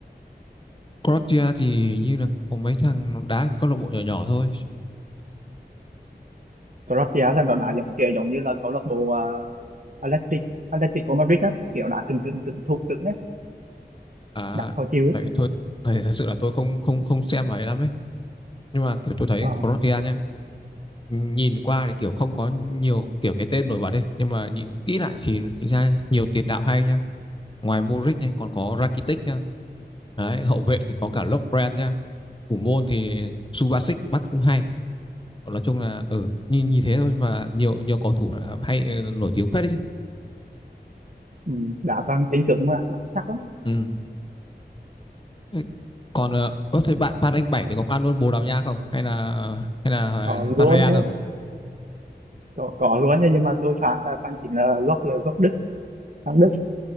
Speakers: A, on the left; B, on the right.
A: Croatia thì hình như là có mấy thằng nó đá ở câu lạc bộ nhỏ nhỏ thôi
B: Croatia là nó đá giống kiểu giống như là câu lạc bộ à, Athletic Atletico Madrid á kiểu đá cứng cứng cứng thủ cứng á
A: À,
B: đá khó chịu á
A: tại thôi thầy thật sự là tôi không không không xem ấy lắm ấy. Nhưng mà kiểu tôi thấy
B: Ờ,
A: Croatia nha, nhìn qua thì kiểu không có nhiều kiểu cái tên nổi bật đi, nhưng mà nhìn kỹ lại thì chính ra nhiều tiền đạo hay nha. Ngoài Modric nha, còn có Rakitic nha. Đấy, hậu vệ thì có cả Lovren nha. Thủ môn thì Subasic bắt cũng hay. nói chung là ở ừ, nhìn, nhìn thế thôi mà nhiều nhiều cầu thủ đã hay ờ, nổi tiếng phết đấy chứ.
B: ừ. đá toàn cứng cứng mà đá sắc lắm
A: Ừ. Thế Còn ờ, ơ, thế bạn fan anh Bảy thì có fan luôn Bồ Đào Nha không? Hay là hay là
B: có
A: fan
B: luôn
A: Real
B: nhá
A: không?
B: có, có luôn nhá nhưng mà tôi phán là phán chính là gốc là gốc Đức thằng Đức